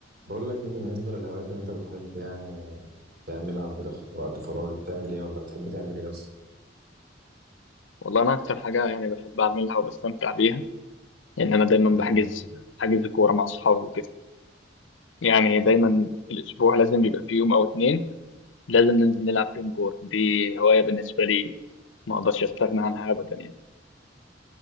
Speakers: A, on the right (about 55°); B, on the left (about 85°).
A: بقول لك ايه بالنسبة للهوايات اللي انت بتحب يعني تعملها وكده في وقت فراغك بتعمل ايه ولا بتحب تعمل ايه اصلا
B: والله انا اكتر حاجه يعني بحب اعملها وبستمتع بيها ان انا دايما
A: مم.
B: بحجز حجز كوره مع اصحابي وكده يعني دايما في الاسبوع لازم بيبقى في يوم او اتنين لازم ننزل نلعب فيهم كوره دي هوايه بالنسبه لي ما اقدرش استغنى عنها ابدا يعني